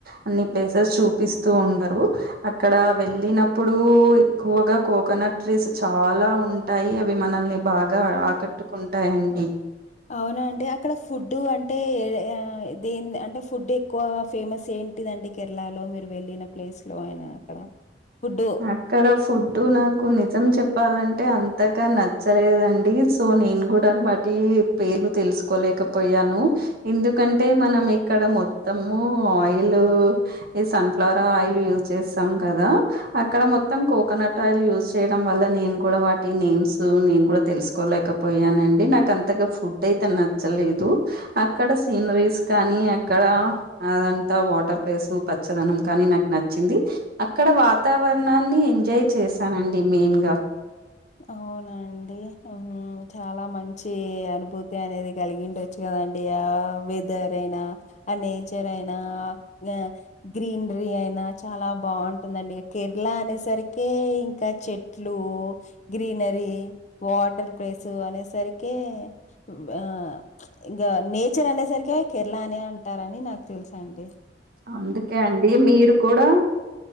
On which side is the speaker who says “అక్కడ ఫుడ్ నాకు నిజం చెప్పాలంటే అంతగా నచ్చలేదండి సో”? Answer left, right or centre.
Right